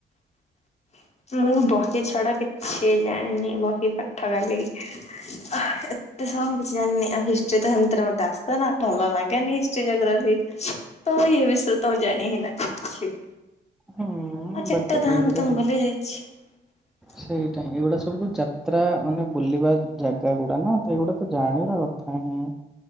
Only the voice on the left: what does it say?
<inaudible> ମୁଁ ବହି ଛଡା କିଛି ଜାଣିନି, ବହି ପାଠ ଖାଲିି ଏତେ ସ <unintelligible> କିଛି ଜାଣିନି ଆଉ ହିଷ୍ଟ୍ରି ତ ସେମିତିରେ ମତେ ଆସେନା, ଭଲ ଲାଗେନି ହିଷ୍ଟ୍ରି ଜୋଗ୍ରାଫି ତ ଏ ବିଷୟରେ ତ ମୁଁ ଜାଣି ହିଁ ନା କିଛି ବି।
ଆଉ ଚାରିଟା
ଧାମ
ତ ମୁଁ
ଭୁଲିଯା ହଁ